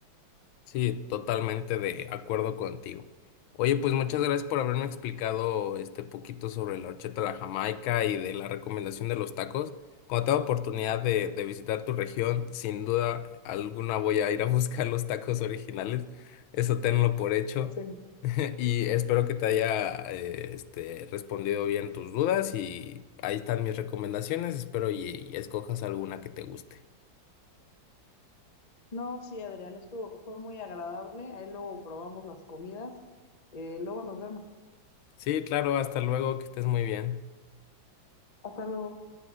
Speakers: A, on the left; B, on the left.
A: Sí, totalmente de acuerdo contigo. Oye, pues muchas gracias por haberme explicado este poquito sobre la horchata de la Jamaica y de la recomendación de los tacos. Cuando tenga oportunidad de, de visitar tu región, sin duda alguna voy a ir a <laughs> buscar los tacos originales. Eso tenlo por hecho.
B: Sí.
A: Y espero que te haya eh, este, respondido bien tus dudas y ahí están mis recomendaciones. Espero y, y escojas alguna que te guste.
B: No, sí, Adrián, esto fue muy agradable. Ahí luego probamos las comidas. Eh, luego nos vemos.
A: Sí, claro, hasta luego, que estés muy bien.
B: Hasta luego.